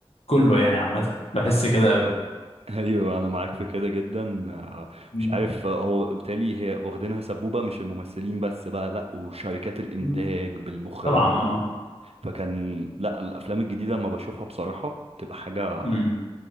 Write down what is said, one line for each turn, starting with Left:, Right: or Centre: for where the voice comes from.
Left: كله يعني عامة بحس كده قوي
Right: ايوه انا معاك في كده جدا آه،
Left: مم.
Right: مش عارف آه، هو بالتالي هي واخدينها سبوبه مش الممثلين بس بقى لا وشركات الانتاج
Left: مم.
Right: بالمخرجين
Left: طبعا اه
Right: فكان لا الافلام الجديده لما بشوفها بصراحه بتبقى حاجه
Left: امم